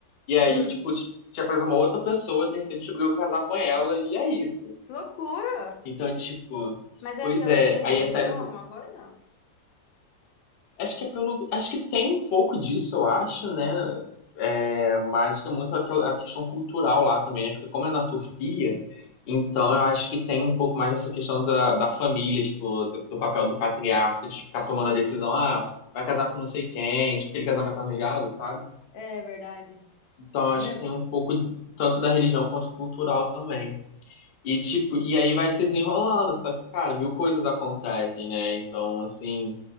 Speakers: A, on the left (about 70°); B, on the left (about 80°).
A: E aí,
B: hum.
A: tipo, tinha preso uma outra pessoa, a terceira descobriu que ia casar com ela, e é isso.
B: Que loucura!
A: Então, tipo,
B: Mas é
A: pois
B: pela,
A: é,
B: tipo, religião,
A: aí a série.
B: alguma coisa?
A: Acho que é pelo. Acho que tem um pouco disso, eu acho, né? É, mas que é muito aquela a questão cultural lá também, né? Porque como é na Turquia, então eu acho que tem um pouco mais dessa questão da, da família, tipo, do, do papel do patriarca, de ficar tomando a decisão, ah, vai casar com não sei quem, tipo, aquele casamento arranjado, sabe?
B: É verdade.
A: Então eu
B: É
A: acho
B: mesmo?
A: que tem um pouco tanto da religião quanto cultural também. E tipo, e aí vai se desenrolando, só que, cara, mil coisas acontecem, né? Então, assim,